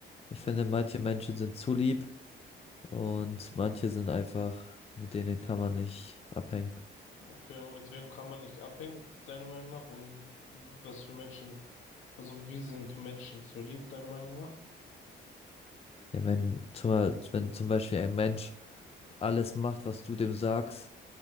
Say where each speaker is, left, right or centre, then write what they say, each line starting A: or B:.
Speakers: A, on the left; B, on the left.
A: Ich
B: oh.
A: finde, manche Menschen sind zu lieb und manche sind einfach, mit denen kann man nicht abhängen.
B: Okay, und mit wem kann man nicht abhängen, deiner Meinung nach? Und was für Menschen, also wie sind Menschen zu lieb, deiner Meinung nach?
A: Ja, wenn zum, wenn zum Beispiel ein Mensch alles macht, was du dem sagst,